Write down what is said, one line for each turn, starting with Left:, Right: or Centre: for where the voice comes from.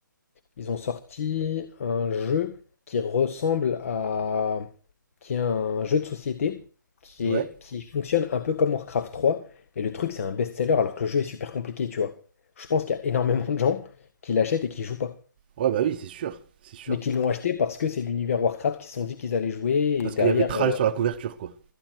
Left: Ils ont sorti un jeu qui ressemble à... qui est un jeu de société qui
Right: Ouais,
Left: est... qui fonctionne un peu comme Warcraft 3. Et le truc, c'est un best-seller alors que le jeu est super compliqué, tu vois. Je pense qu'il y a énormément de gens qui l'achètent et qui jouent pas.
Right: ouais, bah oui, c'est sûr, c'est sûr.
Left: Mais qui l'ont acheté parce que c'est l'univers Warcraft qui se sont dit qu'ils allaient jouer. Et
Right: Parce
Left: derrière,
Right: qu'il y avait Tral
Left: euh,
Right: sur la couverture, quoi.